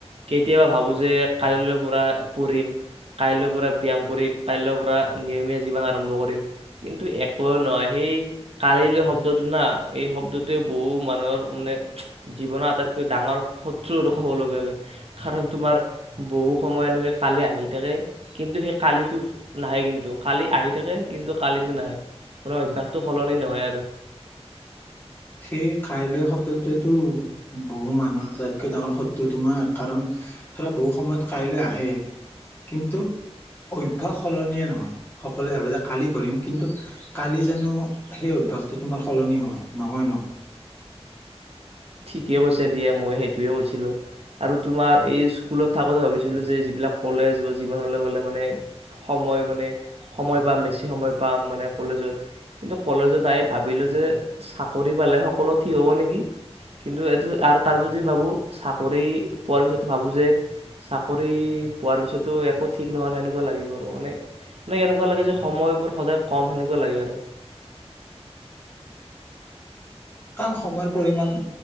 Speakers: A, on the right; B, on the left.
A: কেতিয়াবা ভাবোঁ যে কালিলৈৰ পৰা পঢ়িম, কাইলৈৰ পৰা ব্যায়াম কৰিম, কাইলৈৰ পৰা নিয়মীয়া জীৱন আৰম্ভ কৰিম। কিন্তু একোৱে নহয়। সেই কালিলৈ শব্দটো না, এই শব্দটোৱে বহু মানুহৰ মানে জীৱনৰ আটাইতকৈ ডাঙৰ শত্ৰু আৰু কবলৈ গলে, কাৰাণ তোমাৰ বহু সময় এনেকে কালে আহি থাকে কিন্তু সেই কালিটো নাহে কিন্তু। কালি আহি থাকে কিন্তু কালিটো নাহে। মানে অভ্যাসটো সলনি নহয় আৰু।
B: সেই কাইলৈ শব্দটোৱেতো বহু মানুহৰ আটাইতকৈ ডাঙৰ শত্ৰু তোমাৰ, কাৰণ ধৰা বহু সময়ত কাইলৈ আহে। কিন্তু অভ্যাস সলনিয়ে নহয়। সকলোৱে ভাবে যে কালি কৰিম, কিন্তু কালি জানো সেই অভ্যাসটো তোমাৰ সলনি হয়? নহয় ন'?
A: ঠিকেই কৈছা দিয়া, মই সেইটোৱে কৈছিলোঁ। আৰু তোমাৰ এই স্কুলত থাকোঁতে ভাবিছিলোঁ যে যিবিলাক কলেজ বা জীৱনলৈ গলে মানে, সময় মানে, সময় পাম। বেছি সময় পাম মানে কলেজত। কিন্তু কলেজত আহি ভাবিলোঁ যে, চাকৰি পালে সকলো ঠিক হ'ব নেকি? কিন্তু এইটো আৰু- তাৰ পিছত যে ভাবোঁ, চাকৰি পোৱাৰ পিছতো ভাবোঁ যে, চাকৰি পোৱাৰ পিছতো একো ঠিক ন'হল, সেনেকুৱা লাগিব আৰু মানে। মানে এনেকুৱা লাগে যে সময়বোৰ সদায় কম, সেনেকুৱা লাগে আৰু।
B: কাৰণ সময়ৰ পৰিমাণ